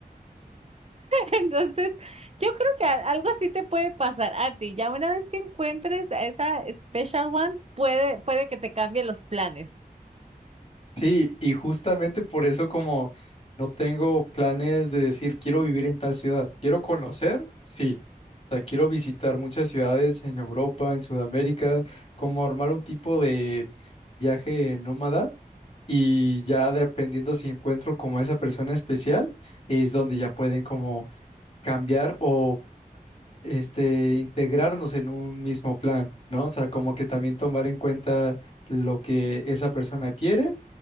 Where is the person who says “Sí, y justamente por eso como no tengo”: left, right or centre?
Left